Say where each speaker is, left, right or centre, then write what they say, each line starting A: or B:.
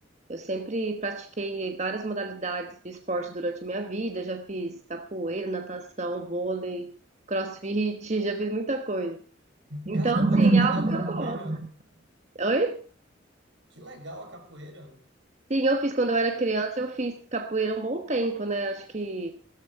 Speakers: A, on the right; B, on the right.
A: Eu sempre pratiquei várias modalidades de esporte durante a minha vida. Já fiz capoeira, natação, vôlei, crossfit, <laughs> já fiz muita coisa. Então,
B: Caramba,
A: assim,
B: que legal
A: é algo que
B: capoeira!
A: eu gosto. Oi?
B: Que legal a capoeira!
A: Sim, eu fiz quando eu era criança, eu fiz capoeira um bom tempo, né? Acho que